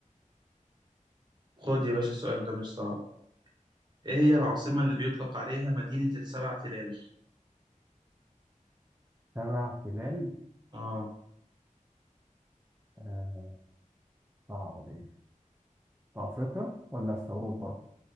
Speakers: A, on the right; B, on the right.
A: خد يا باشا السؤال ده مش صعب إيه هي العاصمة اللي بيطلق عليها مدينة السبع تلال؟
B: سبع تلال
A: اه
B: آه، صعبة دي في أفريقيا ولا في أوروبا